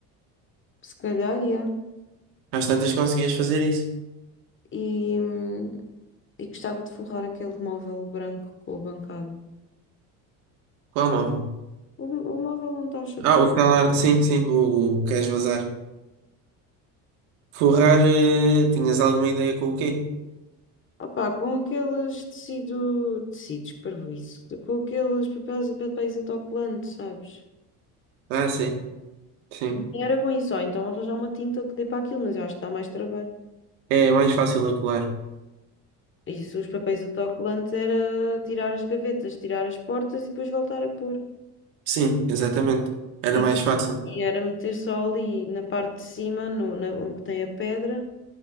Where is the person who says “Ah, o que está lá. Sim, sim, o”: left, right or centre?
Right